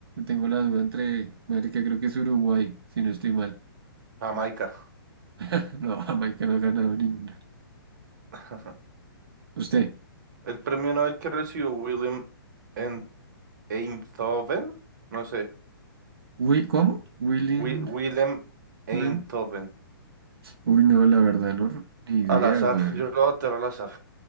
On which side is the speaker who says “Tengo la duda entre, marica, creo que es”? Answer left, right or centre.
Right